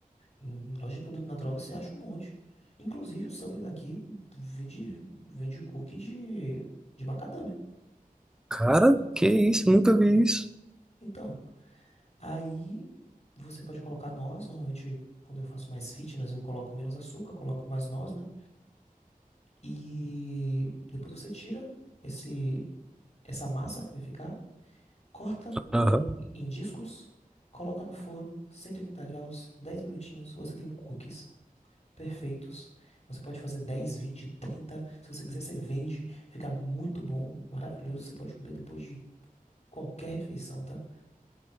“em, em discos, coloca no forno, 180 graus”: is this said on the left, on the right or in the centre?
Left